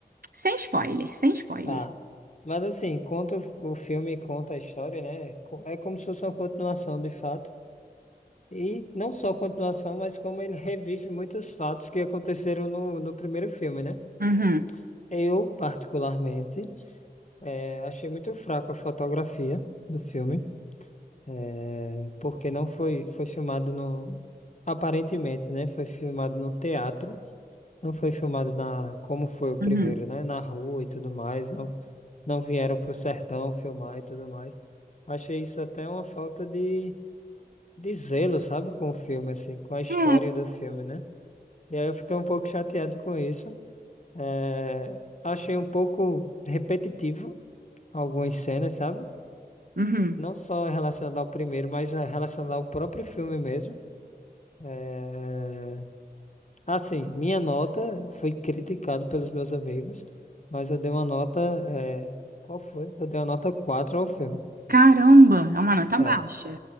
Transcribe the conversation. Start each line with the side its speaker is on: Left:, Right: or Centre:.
Right: Sem spoiler, sem spoiler.
Left: Tá. Mas assim, conta o filme, conta a história, né? Co- É como se fosse uma continuação, de fato. E não só continuação, mas como ele revive muitos fatos que aconteceram no, no primeiro filme, né?
Right: Uhum,
Left: Eu, particularmente, eh, achei muito fraco a fotografia do filme, eh, porque não foi, foi filmado no... Aparentemente, né? Foi filmado no teatro. Não foi filmado na, como foi o primeiro,
Right: uhum.
Left: né? Na rua e tudo mais. Não, não vieram pro sertão filmar e tudo mais. Achei isso até uma falta de, de zelo, sabe? Com o filme, assim, com a história
Right: É,
Left: do filme, né? E aí eu fiquei um pouco chateado com isso. É, achei um pouco repetitivo algumas cenas, sabe?
Right: uhum.
Left: Não só relacionado ao primeiro, mas eh, relacionado ao próprio filme mesmo. É, Assim, minha nota foi criticado pelos meus amigos, mas eu dei uma nota. eh, Qual foi? Eu dei uma nota 4 ao filme.
Right: Caramba, é uma nota
Left: É,
Right: baixa.